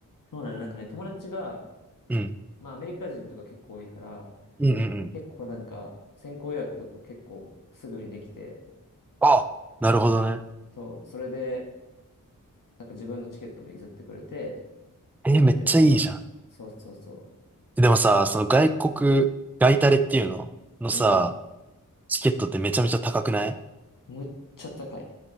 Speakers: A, on the left; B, in the centre.
A: そうなの、なんかね、友達が、
B: うん。
A: まあ、アメリカ人とか結構多いから、
B: うんうんうん。
A: 結構なんか、先行予約とか結構すぐにできて、
B: あ、なるほどね。
A: そう、それで、なんか自分のチケットも譲ってくれて、
B: え、
A: 行ったりとか。
B: めっちゃいいじゃん。
A: そうそうそ
B: でもさ、その外国、外タレっていうののさ、
A: う。うん。
B: チケットってめちゃめちゃ高くない
A: むっちゃ高い。